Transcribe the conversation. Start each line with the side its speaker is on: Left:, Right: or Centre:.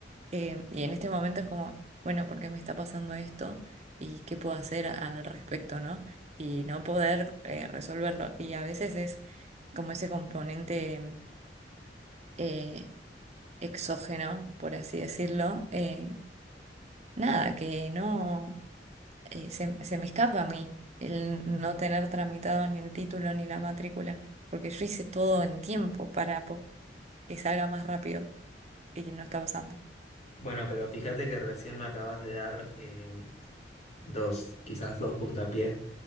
Right: Eh, y en este momento es como, bueno, ¿por qué me está pasando esto? ¿Y qué puedo hacer al respecto, ¿no? Y no poder eh, resolverlo. Y a veces es como ese componente... eh, exógeno, por así decirlo, eh, nada, que no eh, se, se me escapa a mí el no tener tramitado ni el título ni la matrícula, porque yo hice todo en tiempo para po- que salga más rápido y no está pasando.
Left: Bueno, pero fíjate que recién me acabas de dar eh, dos, quizás dos puntapiés.